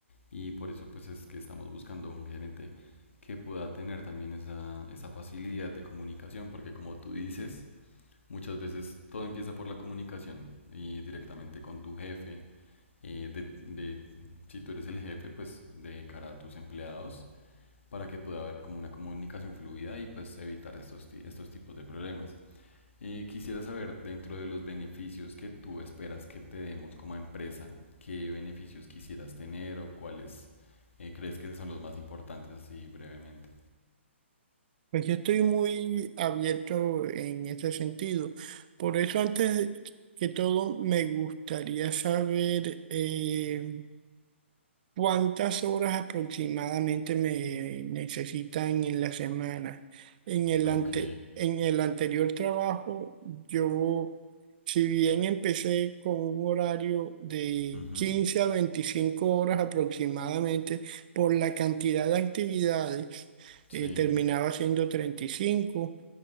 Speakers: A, on the left; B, on the right.
A: y por eso pues es que estamos buscando un gerente que pueda tener también esa, esa facilidad de comunicación, porque como tú dices, muchas veces todo empieza por la comunicación y directamente con tu jefe eh, de, de- si tú eres el jefe, pues de cara a tus empleados, para que pueda haber como una comunicación fluida y pues evitar estos, ti- estos tipos de problemas. Eh, quisiera saber, dentro de los beneficios que tú esperas que te demos como empresa, ¿qué beneficios quisieras tener o cuáles eh, crees que son los más importantes así brevemente?
B: Pues yo estoy muy abierto en ese sentido. Por eso, antes que todo, me gustaría saber eh, ¿Cuántas horas aproximadamente me necesitan en la semana? En el
A: Ok,
B: ante- en el anterior trabajo, yo, si bien empecé con un horario de
A: ujú,
B: 15 a 25 horas aproximadamente, por la cantidad de actividades,
A: sí,
B: eh, terminaba siendo 35